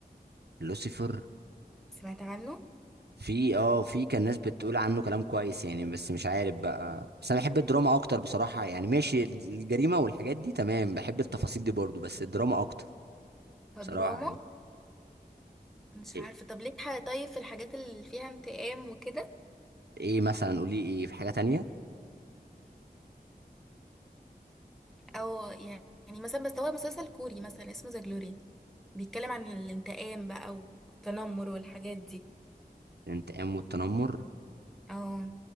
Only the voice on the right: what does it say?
لوسيفر
في اه في كان ناس بتقول عنه كلام كويس يعني بس مش عارف بقى بس انا بحب الدراما اكتر بصراحة يعني ماشي الجريمة والحاجات دي تمام بحب التفاصيل دي برضو بس الدراما اكتر
بصراحة يعني
ايه
إيه مثلا قولي ايه في حاجة تانية
الانتقام والتنمر